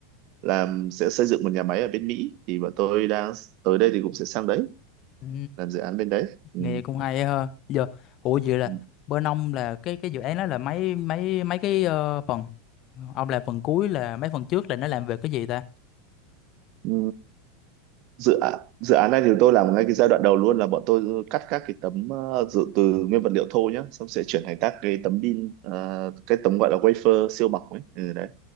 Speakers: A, on the right (about 50°); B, on the left (about 40°).
A: làm sẽ xây dựng một nhà máy ở bên Mỹ thì bọn tôi đang tới đây thì cũng sẽ sang đấy
B: Ừ.
A: làm dự án bên đấy ừ.
B: nghe cũng hay á ha giờ ủa vậy là
A: Ừ.
B: bên ông là cái cái dự án đó là mấy mấy mấy cái ờ, phần ông làm phần cuối là mấy phần trước là nó làm về cái gì ta
A: ừ. dự án dự án này thì tôi làm ngay cái giai đoạn đầu luôn là bọn tôi cắt các cái tấm ờ, dự từ nguyên vật liệu thô nhá xong sẽ chuyển thành các cái tấm pin ờ, cái tấm gọi là wafer siêu mỏng ấy ừ, đấy